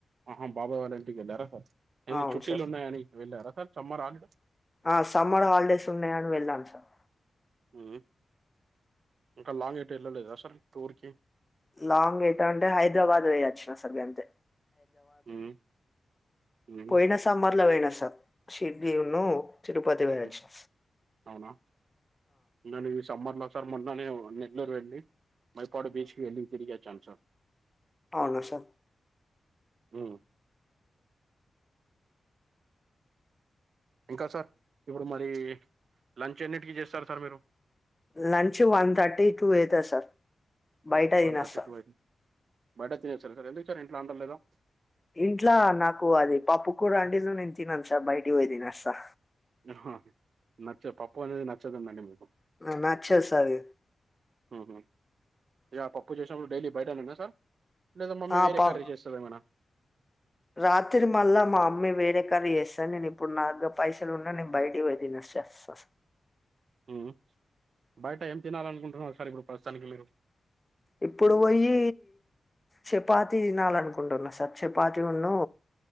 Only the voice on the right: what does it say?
ఆహా బాబాయ్ వాళ్ళ ఇంటికి వెళ్ళారా సార్ ఏంది
చుట్టిలున్నాయని
వెళ్ళారా సార్ సమ్మర్ హాలిడే
మ్ ఇంకా లాంగ్ ఎటు ఎళ్ళలేదా సార్ టూర్కి
మ్మ్ మ్మ్
మ్మ్
అవునా నేన్ ఈ సమ్మర్లో సార్ మొన్ననే నెల్లూర్ వెళ్ళి మైపాడు బీచ్కి వెళ్ళి తిరిగి అచ్చాను సార్
మ్ ఇంకా సార్ ఇప్పుడు మరీ లంచ్ ఎన్నిటికిీ చేస్తరు సార్ మీరు
వన్ థర్టీ టూ అయి బయట తినేస్తారు సార్ ఎందుకు సార్ ఇట్లాండర్ లేదా
న హ హ నచ్చ పప్ప అనేది నచ్చదు మేడం
ఉహు ఆ పప్పు చేసినప్పుడు డైలీ బయటానేనా సార్ లేదా మమ్మీ
వేరే
కర్రీ చేస్తాదా ఏమైనా
మ్ బయట ఏం తినాలనుకుంటున్నారు సార్ ఇప్పుడు ప్రస్తుతానికి మీరు